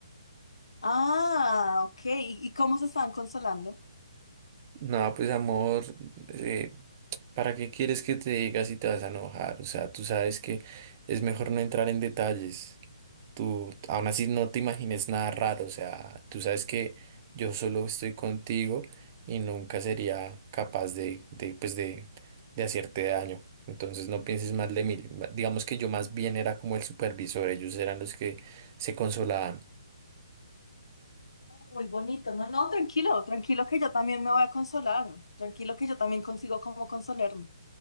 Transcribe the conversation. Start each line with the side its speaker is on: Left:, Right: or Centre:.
Left: Ah, ok. ¿Y, y cómo se estaban consolando?
Right: No, pues amor, eh, ¿para qué quieres que te diga si te vas a enojar? O sea, tú sabes que es mejor no entrar en detalles. Tú aún así no te imagines nada raro, o sea, tú sabes que yo solo estoy contigo y nunca sería capaz de, de, pues de, de hacerte daño. Entonces no pienses mal de mí. Ma- Digamos que yo más bien era como el supervisor, ellos eran los que se consolaban.
Left: Muy bonito, no, no, tranquilo, tranquilo que yo también me voy a consolar, tranquilo que yo también consigo cómo consolarme.